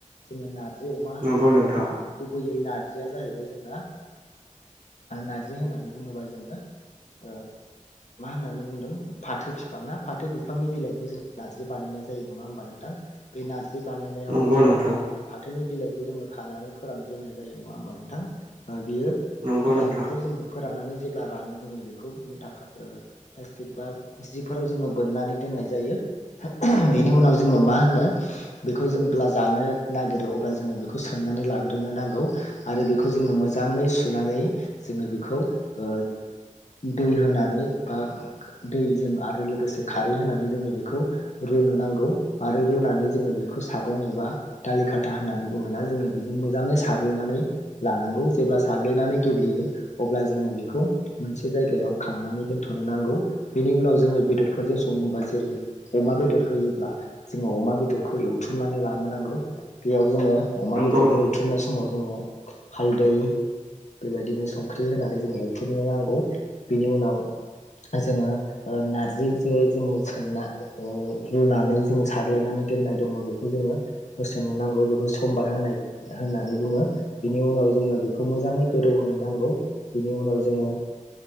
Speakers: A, on the left (about 60°); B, on the right (about 85°).
A: जोङो नार जि अमा होननानै
B: नंगौ
A: बुङोबा
B: नोंथां
A: गुबैयै नारजिया जाहैबाय जोंना नारजि होननानै बुङोबा जोङो ओ मा होननानै बुंदों फाथो बिफां ना फाथो बिफांनि बिलाइखौ जों नारजि बानायनाय जायो नङा होमबा नोंथां बे नारजि जि बानायनायाव
B: नंगौ
A: जोङो
B: नोंथां
A: ओ फाथो नि बिलाइखौ जोङो खानानै फोरानग्रोनाय जायो नङा होमबा नोंथां? ओ बियो
B: नंगौ
A: बिलाइखौ
B: नोंथां
A: जोङो फोराननानै जेब्ला रानो जोङो बेखौ मुथा खाथो ओ प्लास्टिक बा जिफोराव जोङो बोननानै दोननाय जायो बेनि उनाव जोङो मा होनो बेखौ जों अब्ला जानो नागिरो अब्ला जोङो बेखौ सोमनानै लाग्रोनो नांगौ आरो बेखौ जोङो मोजाङै सुनानै जोङो बेखौ ओ दै होनानै बा दै जों आरो लोगोसे खारै होनानै जोङो बेखौ रुनो नांगौ आरो रुनानै जोङो बेखौ सो सागं एबा दालि खाथा होननानै बुङोना जोङो बेजों मोजाङै साग्लिनानै लानांगौ जेब्ला साग्लिनानै गेब्लेयो अब्ला जोङो बेखौ मोनसे जायगायाव खांनानै दोनथ'नो नांगौ। बेनि उनाव जोङो बेदरफोरजों सङोबा जेरै अमा बेदर होयोब्ला ङाव अमा बेदरखौ एव वनानै लानो नांगौ। बेयाव जोङो अमा
B: नंगौ
A: बेदरखौ
B: नंगौ
A: एवथुमनाय समाव जोङो हालदै बेबायदिनो संख्रि होनानै जों एवथ्रुमनो नांगौ। बेनि उनाव जोङो ओ नारजि जे जोङो सोमना ओ रुनानै जोङो साग्लिनानै दोननाय दङ' बे खौ जोङो होसोननो नांगौ बेखौ समबार होनाय होननानै बुङो। बिनि उनाव जोङो बेखौ मोजाङै गोबाव सम गोदौ होनो नांगौ बिनि उनाव जोङो